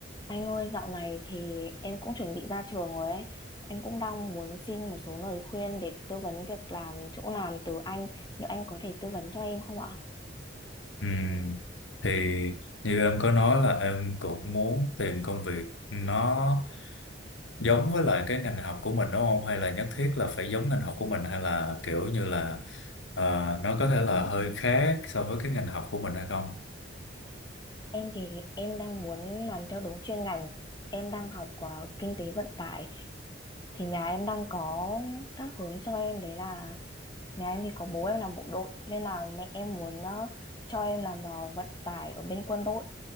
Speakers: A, on the left (about 20°); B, on the left (about 90°).
A: Anh ơi, dạo này thì em cũng chuẩn bị ra trường rồi ấy. Em cũng đang muốn xin một số lời khuyên để tư vấn việc làm chỗ làm từ anh. Liệu anh có thể tư vấn cho em không ạ?
B: Ừ. Thì như em có nói là em cũng muốn tìm công việc nó giống với lại cái ngành học của mình đúng không? Hay là nhất thiết là phải giống ngành học của mình hay là kiểu như là ờ, nó có thể là hơi khác so với cái ngành học của mình hay không?
A: Em thì em đang muốn làm theo đúng chuyên ngành. Em đang học ờ, kinh tế vận tải. Thì nhà em đang có các hướng cho em đấy là nhà em thì có bố em làm bộ đội nên là mẹ em muốn ờ, cho em làm vào vận tải ở bên quân đội.